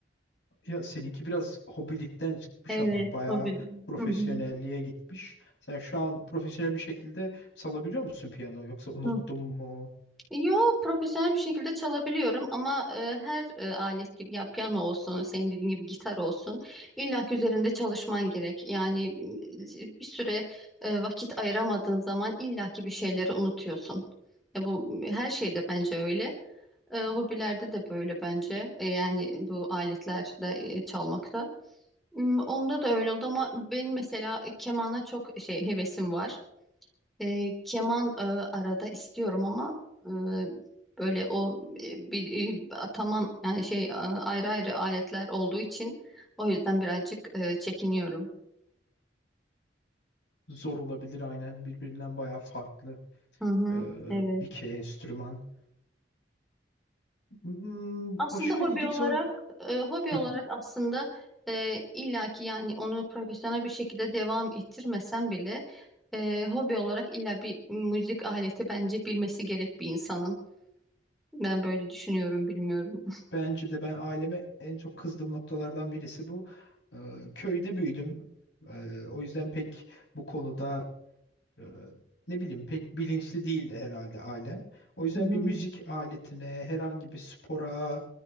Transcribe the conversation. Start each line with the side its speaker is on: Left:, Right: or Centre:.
Left: Ya seninki biraz hobilikten çıkmış
Centre: Evet,
Left: ama bayağı
Centre: tabii.
Left: profesyonelliğe
Centre: Hı hı.
Left: gitmiş. Sen şu an profesyonel bir şekilde salabiliyor musun piyano yoksa unuttun
Centre: Hı
Left: mu?
Centre: Yo, profesyonel bir şekilde çalabiliyorum ama e, her e, alet gibi ya piyano olsun, senin dediğin gibi gitar olsun illa ki üzerinde çalışman gerek. Yani e, bir süre e, vakit ayıramadığın zaman illa ki bir şeyleri unutuyorsun. Ya bu her şeyde bence öyle. E, hobilerde de böyle bence. E, yani bu aletlerde e, çalmakta. M, Onda da öyle oldu ama benim mesela kemana çok şey hevesim var. E, keman e, arada istiyorum ama e, böyle o e, bir, e, tamam yani şey e, ayrı ayrı aletler olduğu için o yüzden birazcık e, çekiniyorum.
Left: Zor olabilir aynen birbirinden bayağı farklı
Centre: Hı hı,
Left: e,
Centre: evet.
Left: iki enstrüman. Hmm,
Centre: Aslında
Left: başka
Centre: hobi
Left: ilginç
Centre: olarak
Left: olayım.
Centre: e, hobi
Left: <laughs>
Centre: olarak aslında e, illaki yani onu profesyonel bir şekilde devam ettirmesem bile e, hobi olarak illa bir müzik aleti bence bilmesi gerek bir insanın. Ben böyle düşünüyorum, bilmiyorum.
Left: Bence de ben aileme en çok kızdığım noktalardan birisi bu. E, köyde büyüdüm. E, o yüzden pek bu konuda e, ne bileyim pek bilinçli değildi herhalde ailem. O yüzden
Centre: Hı hı.
Left: bir müzik aletine, herhangi bir spora